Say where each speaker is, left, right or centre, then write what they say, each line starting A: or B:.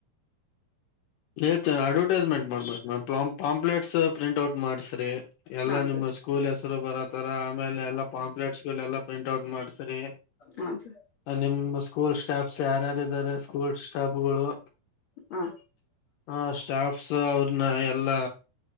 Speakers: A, on the left; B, on the left.
A: ಏತ ಅಡ್ವರ್ಟೈಸ್ಮೆಂಟ್ ಮಾಡ್ಬೇಕು ಮ್ಯಾಮ್ ಪಾ ಪಾಂಪ್ಲಲೆಟ್ಸ್ ಪ್ರಿಂಟ್ ಔಟ್ ಮಾಡ್ಸ್ರಿ. ಎಲ್ಲಾ
B: ಹಾ
A: ನಿಮ್
B: ಸರ್
A: ಸ್ಕೂಲ್ ಹೆಸರು ಬರತರ ಆಮೇಲೆ ಎಲ್ಲಾ ಪಾಂಪ್ಲೆಟ್ಸ್ ಎಲ್ಲಾ ಪ್ರಿಂಟ್ ಔಟ್ ಮಾಡ್ಸ್ರರಿ
B: ಹಾ ಸರ್
A: ಅಲ್ಲಿ ನಿಮ ಸ್ಕೂಲ್ ಸ್ಟಾಫ್ಸ್ ಯಾರಾರಾರೆ ಸ್ಕೂಲ್ ಸ್ಟಾಫಗಳು
B: ಹಾ
A: ಹ ಸ್ಟಾಫ್ಸ್ ಅವ್ರನ್ನ ಎಲ್ಲಾ